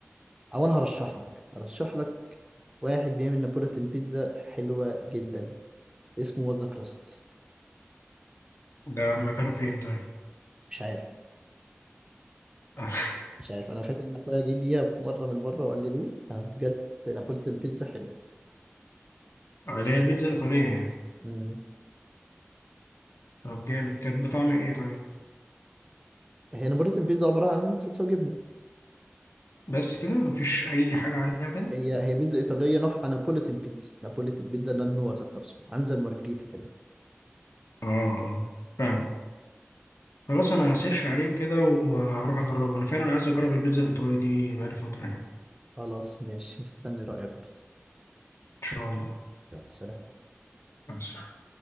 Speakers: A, on the right (about 15°); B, on the left (about 75°).
A: او انا هرشح لك هرشح لك واحد بيعمل نابولتن بيتزا حلوه جدا اسمه واتزا كراست
B: ده مكانه فين طيب
A: مش عارف
B: <laughs>
A: مش عارف انا فاكر ان اخويا جه بيها في مره من بره وقال لي دوق أنا بجد نابولتن بيتزا حلوه
B: آه، اللي هي البيتزا الايطاليه يعني
A: مم.
B: طب جامد كانت بطعم ايه طيب
A: هي نابولتن بيتزا عباره عن صلصه وجبنه
B: بس كده مفيش اي حاجه عليها تاني
A: هي هي بيتزا ايطاليه نوعها نابوليتن بيتزا نابوليتن بيتزا ده النوع ذات نفسه عامل زي المارجريتا كده
B: اه اه فاهم خلاص انا هسيرش عليه كده وهروح اجربه انا فعلا عايز اجرب البيتزا الايطالي دي بقالي فتره يعني
A: خلاص ماشي مستني رايك برضه
B: ان شاء الله
A: يلا سلام
B: بس